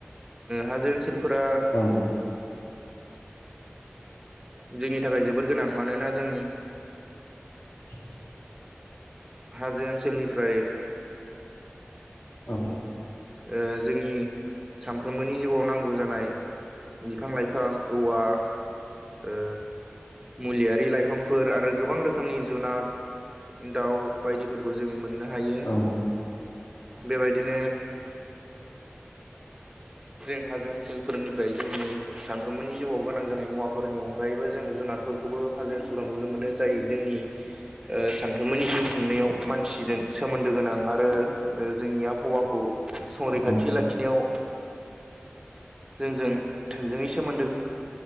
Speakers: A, on the right; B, on the left.
A: हाजो ओनसोलफोरा
B: औ।
A: जोंनि थाखाय जोबोद गोनां मानोना जों
B: <inaudible>
A: हाजो ओनसोलनिफ्राय
B: औ।
A: ओ जोंनि सानफ्रोमबोनि जिउआव नांगौ जानाय। बिफां लाइफां औवा ओ मुलियारि लाइफां फोर आरो गोबां रोखोमनि जुनाद दाउ बायदिफोरखौ जों मोननो हायो।
B: औ
A: बेबायदिनो जों हाजो ओनसोल फोरनिफ्राय जोंनि सानफ्रोमबोनि जिउआव गोनां जानाय मुवाफोरनि अनगायैबो जों जुनारफोर खौबो हाजो ओनसोलाव नुनो मोनो जाय जोंनि ओ सानफ्रोमनि जिउ खुंनायाव मानसिजों सोमोन्दो गोनां आरो जोंनि आबहावाखौ संरैखाथि
B: औ
A: लाखिनायाव जोंजों थोंजोङै सोमोनदो